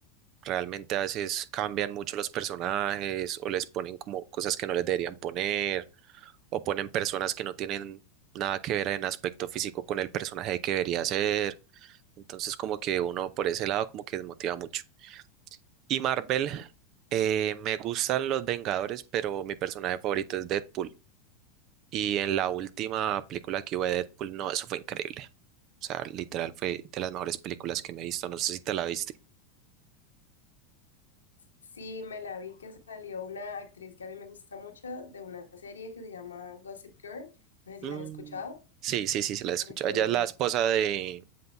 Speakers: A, on the right; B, on the left.
A: Realmente a veces cambian mucho los personajes o les ponen como cosas que no les deberían poner o ponen personas que no tienen nada que ver en aspecto físico con el personaje que debería ser. Entonces como que uno por ese lado como que desmotiva mucho. Y Marvel, eh, me gustan los Vengadores, pero mi personaje favorito es Deadpool. Y en la última película que hubo de Deadpool, no, eso fue increíble. O sea, literal fue de las mejores películas que me he visto. No sé si te la viste.
B: Sí, me la vi que salió una actriz que a mí me gusta mucho de una serie que se llama Gossip Girl. No sé si
A: Mm,
B: la has escuchado.
A: Sí, sí, sí, se la he escuchado.
B: Entonces,
A: Ella es la esposa de...